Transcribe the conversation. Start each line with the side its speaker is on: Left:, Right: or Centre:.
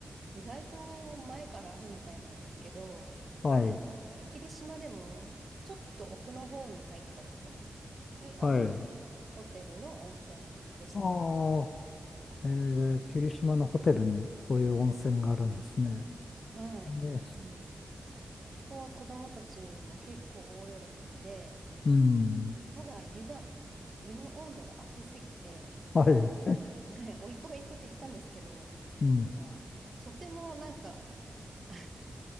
Right: 意外と前からあるみたいなんですけど、
Left: はい。
Right: その、霧島でもちょっと奥の方に入ったところにあるホテルの温泉でしたね。
Left: はい。ああ、えー、霧島のホテルにそういう温泉があるんですね。
Right: はい。
Left: ね
Right: うん。ここは子供たちも結構大喜びで、
Left: うん。
Right: ただ湯が、湯の温度が熱すぎて、
Left: はい。
Right: <laughs> ね追い込み行くと言ったんですけど、
Left: うん。
Right: が、とてもなんか、あ